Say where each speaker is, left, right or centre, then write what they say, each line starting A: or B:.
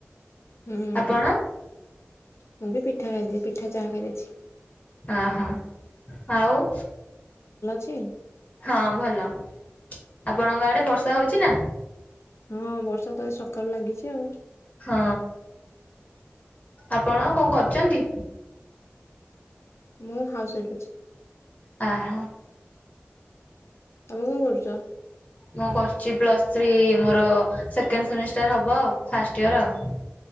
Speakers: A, on the left; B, on the left.
A: ହୁଁ,
B: ଆପଣ
A: ମୁଁ ବି ପିଠା ଖାଇଦ ପିଠା ଚା ଖାଇଦେଇଛି।
B: ଆହା ଆଉ।
A: ଛି।
B: ହଁ ଭଲ, ଆପଣଙ୍କ ଆଡେ ବର୍ଷା ହଉଛି ନା?
A: ହଁ ବର୍ଷା ତ ଏ ସକାଳୁ ଲାଗିଛି ଆଉ
B: ହଁ ଆପଣ କଣ କରୁଛନ୍ତି?
A: ମୁଁ ହାଉସ୍ ୱାଇଫ୍ ଅଛି।
B: ଆ ହ।
A: ତମେ କଣ କରୁଛ?
B: ମୁଁ କରୁଛି ପ୍ଲସଥ୍ରୀ, ମୋର ସେକେଣ୍ଡ ସେମିଷ୍ଟାର ହବ ଆଉ ଫାଷ୍ଟ ଇୟର ଆଉ।